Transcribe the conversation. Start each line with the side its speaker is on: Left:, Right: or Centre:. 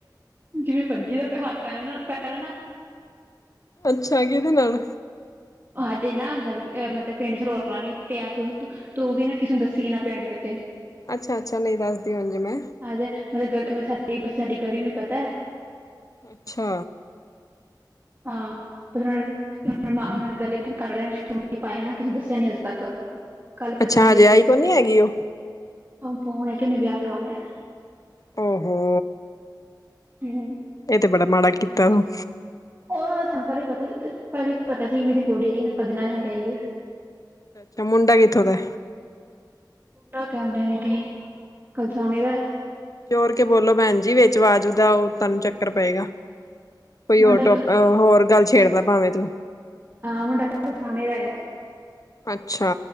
Right: ਜਿਵੇਂ ਭੱਜੀ ਦਾ ਹੱਥ ਪੈਰ ਪੈਰ ਨਾਲ।
Left: ਅੱਛਾ ਕਿਹਦੇ ਨਾਲ?
Right: ਹਜੇ ਨਾ ਗਲੀ ਅ ਮਤਲਬ ਪਿੰਡ ਚ ਰੋਲਾ ਨੀ ਪਿਆ। ਤੂੰ ਵੀ ਨਾ ਕਿਸੇ ਨੂੰ ਦੱਸੀ ਨਾ ਪਿੰਡ ਵਿੱਚ।
Left: ਅੱਛਾ ਅੱਛਾ ਨਹੀਂ ਦੱਸਦੀ ਹੁਣ ਜੇ ਮੈਂ।
Right: ਹਜੇ ਮਤਲਬ ਗਲੀ ਮਤਲਬ ਸਾਡੀ ਸਾਡੀ ਗਲੀ ਨੂੰ ਵੀ ਪਤਾ ਹੈ?
Left: ਅੱਛਾ।
Right: ਹਾਂ ਪਰਿੰਟ, ਕੀ ਔ ਨਾਨੇ ਪਹਿਲੇ ਤਾਂ ਘਰ ਵਾਲਿਆਂ ਨੇ ਸ਼ਗਨ ਨਹੀ ਪਾਇਆ ਨਾ, ਕਿਸੇ ਦੱਸਿਆ ਨੀ ਅੱਜ ਤੱਕ। ਕੱਲ ਭੱਜੀ
Left: ਅੱਛਾ ਹਜੇ
Right: ਏ,
Left: ਆਈ ਕੋਨੀ ਹੈਗੀ ਉਹ
Right: ਫੋਨ ਆਈ, ਕਿ ਉਨੇ ਵਿਆਹ ਕਰਵਾ ਲਿਆ ਐ।
Left: ਔ ਹੋ, ਔ ਹੋ
Right: ਹੂ
Left: ਇਹ ਤੇ ਬੜਾ ਮਾੜਾ ਕੀਤਾ ਉਹ।
Right: ਉਹ ਸਾਨੂੰ ਪਹਿਲੇ ਹੀ ਪਤਾ ਸੀ ਪਹਿਲੇ ਪਤਾ ਸੀ ਮੇਰੀ ਕੁੜੀ ਆ ਭਜਨਾ ਤਾਂ ਹੈਗਾ ਹੀ ਆ।
Left: ਤੇ ਮੁੰਡਾ ਕਿੱਥੋਂ ਦਾ ਏ?
Right: ਪਾਪਾ ਕਹਿੰਦੇ ਨੇ ਕੀ ਕਲਸਾਨੇ ਦਾ ਏ।
Left: ਜੋਰ ਕੇ ਬੋਲੋ ਭੈਣ ਜੀ ਵਿੱਚ ਆਵਾਜ਼ ਦਾ ਉਹ ਤੁਹਾਨੂੰ ਚੱਕਰ ਪਏਗਾ ਕੋਈ
Right: ਮੁੰਡਾ
Left: ਹੋਰ ਟੋਪਿਕ। ਹੋਰ ਗੱਲ ਛੇੜ ਲੈ ਭਾਵੇਂ ਤੂੰ।
Right: ਮੁੰਡਾ ਕਰਸਾਨੇ ਦਾ ਹੈਗਾ।
Left: ਅੱਛਾ।